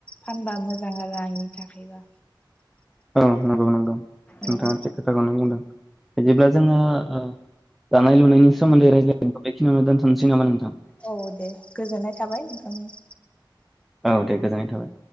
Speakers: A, on the left; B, in the centre.
A: फानबा मोजां आरो आंनि थाखायबा
B: औ नंगौ नंगौ
A: औ
B: नोंथाङा थिग खोथाखौनो बुंदों बिदिब्ला जोङो ओ दानाय लुनायनि सोमोन्दै रायज्लायनायखौ बेखिनियावनो दोनथ'नोसै नामा नोंथां
A: औ दे गोजोननाय थाबाय नोंथांमोन
B: औ दे गोजोननाय थाबाय